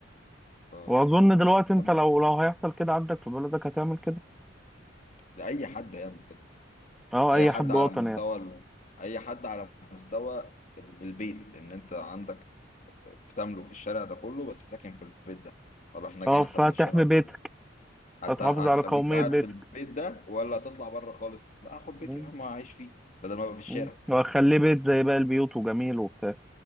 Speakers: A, on the left (about 40°); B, in the centre.
A: ف...
B: واظن دلوقتي انت
A: تمام
B: لو لو هيحصل كده عندك في بلدك هتعمل كده
A: ده أي حد يعمل كده
B: اه
A: أي
B: اي
A: حد
B: حد
A: على
B: وطني
A: مستوى
B: يعني
A: ال... أي حد على مستوى ال- البيت ان انت عندك بتملك الشارع ده كله بس ساكن في البيت ده طب احنا جينا
B: اه
A: خدنا
B: فهتحمي
A: الشارع كله
B: بيتك
A: هت...
B: هتحافظ
A: هتخليك
B: على قومية
A: قاعد
B: بيتك
A: في البيت ده ولا هتطلع بره خالص لا هاخد بيتي
B: مم.
A: يا عم اعيش فيه بدل ما ابقى في الشارع
B: مم. وهخليه بيت زي باقي البيوت وجميل وبتاع